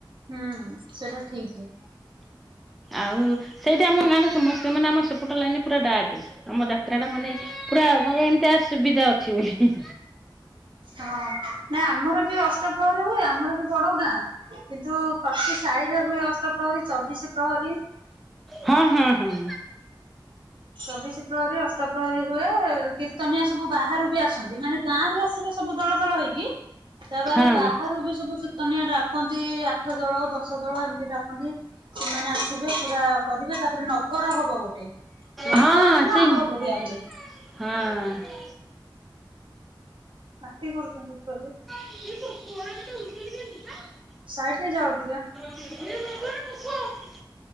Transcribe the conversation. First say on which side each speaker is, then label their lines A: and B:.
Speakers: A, on the right; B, in the centre.
A: ହୁଁ ସେଟା ଠିକି।
B: ଆଉ ସେଇଠି ଆମ ଗାଁରେ ସମସ୍ତେ ମାନେ ଆମ ସେପଟ ଲାଇନିରେ ପୁରା ଡାକେ। ଆମ ଯାତ୍ରା ଟା ମାନେ ପୁରା ମାନେ ଏମିତିଆ ସୁବିଧା ଅଛି ବୋଲି।
A: ହଁ ନାଇଁ ଆମର ବି ଅଷ୍ଟପ୍ରହରୀ ହୁଏ, ଆମର ବି ବଡ ଗାଁ। କିନ୍ତୁ ପ୍ରତି ସାହିରେ ହୁଏ ଅଷ୍ଟପ୍ରହରୀ, ଚବିଶି ପ୍ରହରୀ
B: ହୁଁ ହୁଁ ହୁଁ।
A: ଚବିଶି ପ୍ରହରୀ ଅଷ୍ଟ ପ୍ରହରୀ ହୁଏ କୀର୍ତ୍ତନିଆ ସବୁ ବାହାରୁ ବି ଆସନ୍ତି ମାନେ ଗାଁରୁ ଆସିବେ ସବୁ ଦଳ ଦଳ ହେଇକି ତାବାଦେ
B: ହଁ ହଁ
A: ବାହାରୁ ବି ସବୁ କୀର୍ତନିଆ ଡାକନ୍ତି ଆଠଦଳ ଦଶଦଳ ଏମିତି ଡାକ ନ୍ତି ସେମାନେ ଆସିବେ ପୁରା କରିବେ ତାପରେ ନଗର ହବ ଗୋଟେ। ନଗର
B: ହଁ
A: ଦିନ
B: ସେଇ
A: ଆମର ବଢିଆ ହୁଏ।
B: ହଁ।
A: ପାଟି କରୁଚନ୍ତି ଉପରେ।
B: <unintelligible>
A: ସାାଇଟ ହେଇ ଯାଅ ଟିକେ।
B: <unintelligible>